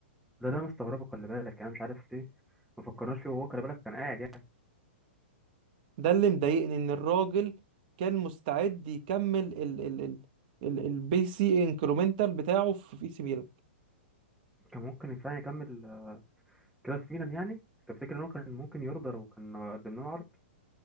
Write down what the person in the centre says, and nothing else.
ده اللي انا مستغربه خلي بالك يعني انا مش عارف ليه ما فكرناش فيه وهو خلي بالك كان قاعد يعني
كان ممكن فعلا يكمل آه، كده في ميلان يعني تفتكر ان هو كان ممكن يرضى لو كان آه، قدم لنا عرض